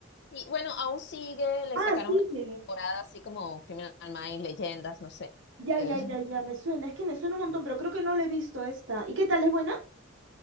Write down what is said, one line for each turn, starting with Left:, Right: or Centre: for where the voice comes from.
Left: Sí, bueno, aún sigue, le
Right: Ah,
Left: sacaron
Right: sigue.
Left: una temporada así como Criminal Minds, Leyendas, no sé.
Right: Ya,
Left: Eh,
Right: ya, ya, ya, me suena. Es que me suena un montón, pero creo que no la he visto esta. ¿Y qué tal? ¿Es buena?